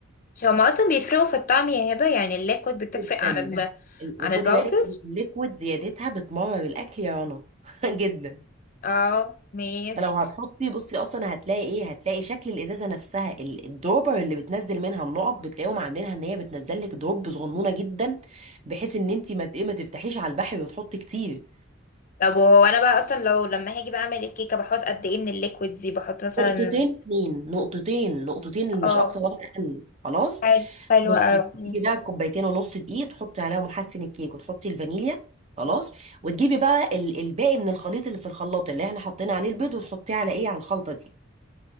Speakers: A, on the left; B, on the right.
A: مش هما اصلا بيفرقوا في الطعم يا هبة يعني الليكويد بتفرق
B: جدا
A: عن جدا ال
B: وخدي
A: عن الباودر
B: بالك الليكويد زيادتها بتمرر الاكل يا رنا <laughs> جدا
A: اه ماشي
B: فلو هتحطي بصي اصلا هتلاقي ايه هتلاقي شكل الازازه نفسها ال- الدروبر اللي بتنزل منها النقط بتلاقيهم عاملينها ان هي بتنزل لك دروب صغنونه جدا بحيث ان انت ما ت- إيه، ما تفتحيش على البحر وتحطي كتير
A: طب وهو انا بقى اصلا لو لما هاجي بقى اعمل الكيكة بحط قد ايه من الليكويد دي بحط مثلا
B: نقطتين اتنين نقطتين نقطتين
A: اه
B: مش اكتر ولا اقل خلاص
A: حلو حلو
B: بصي
A: اوي
B: بتجيبي
A: ماشي
B: بقى كوبايتين ونص دقيق تحطي عليها محسن الكيك وتحطي الفانيليا خلاص وتجيبي بقى ال- الباقي من الخليط اللي في الخلاط اللي احنا حطينا عليه البيض وتحطيه على ايه على الخلطه دي